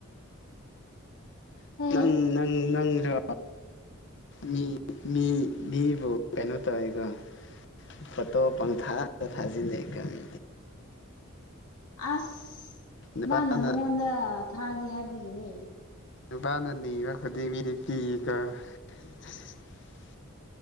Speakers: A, on the left; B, on the left.
A: ꯍ
B: ꯅꯪ ꯅꯪ ꯅꯪꯗꯣ ꯃꯤ ꯃꯤ ꯃꯤꯕꯨ ꯀꯩꯅꯣ ꯇꯧꯋꯦ ꯀꯣ ꯐꯣꯇꯣ ꯄꯪꯊꯥꯗ ꯊꯥꯖꯤꯜ ꯂꯛꯑꯦ ꯀꯥꯏ
A: ꯑꯁ
B: ꯅꯨꯄꯥꯅ
A: ꯃꯥꯅ ꯅꯪꯉꯣꯟꯗ ꯊꯥꯒꯤ ꯍꯥꯏꯕꯒꯤꯅꯦ
B: ꯅꯨꯄꯥꯅ ꯅꯤꯕ ꯈꯨꯗꯤꯡ ꯃꯤꯗꯤ ꯄꯤꯌꯦꯀꯣ <unintelligible> <unintelligible>